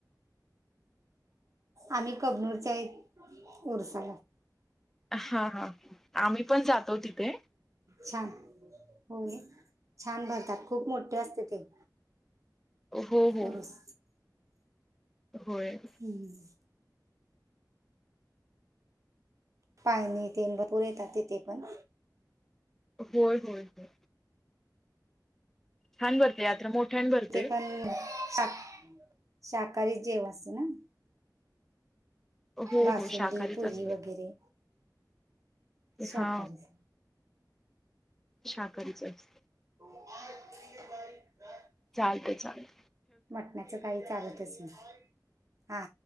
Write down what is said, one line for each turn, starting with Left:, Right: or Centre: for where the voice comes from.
Right: आम्ही कबनूरच्या एक रसा.
Centre: हा हा आम्ही पण जातो तिथे.
Right: छान हो छान भरतात खूप मोठे असते ते...
Centre: हो हो.
Right: उरूस
Centre: होय.
Right: हम्. पाय नाही तेन पुरेेतात ते पण.
Centre: होय होय होय. छान भरते यात्रा मोठ्यान भरते
Right: ते पण साात. शाकाहारी जेव असत ना.
Centre: हो
Right: बासुंदी
Centre: हो शाकाहारीच
Right: पुरी
Centre: असते.
Right: वगैरे शाकाारीच.
Centre: हा शाकरीच अस
Right: आज
Centre: चालत चालत
Right: मटण्याचं काही चालतच नाही हा